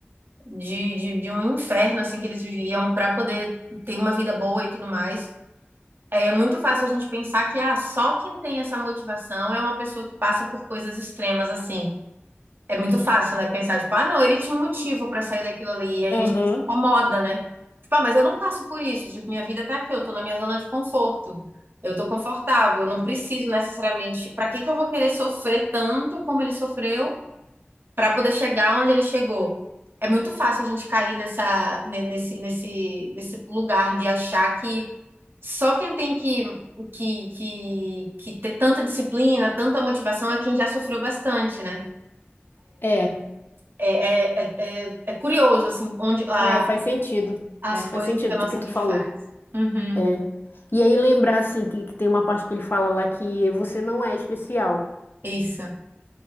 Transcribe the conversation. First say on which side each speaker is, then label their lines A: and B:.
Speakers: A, on the right; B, on the left.
A: de, de, de um inferno assim que eles viviam para poder ter uma vida boa e tudo mais. É muito fácil a gente pensar que ah, só quem tem essa motivação é uma pessoa que passa por coisas extremas assim. É muito fácil, né? Pensar, tipo, ah, não, ele tinha um motivo pra sair daquilo ali. E aí
B: Aham,
A: a gente se incomoda, né? Tipo, ah, mas eu não passo por isso. Tipo, minha vida tá aqui, eu tô na minha zona de conforto. Eu tô confortável, eu não preciso necessariamente. tipo, Pra que que eu vou querer sofrer tanto como ele sofreu pra poder chegar onde ele chegou? É muito fácil a gente cair nessa, ne- nesse, nesse, nesse lugar de achar que só quem tem que, que, que, que ter tanta disciplina, tanta motivação é quem já sofreu bastante, né?
B: é,
A: É, é, é, é é curioso, assim, onde a,
B: né? Faz sentido.
A: as
B: É, faz
A: coisas
B: sentido
A: que a nossa
B: do que tu
A: mente
B: falou.
A: faz. Uhum,
B: É. E aí lembrar assim que, que tem uma parte que ele fala lá que você não é especial.
A: isso.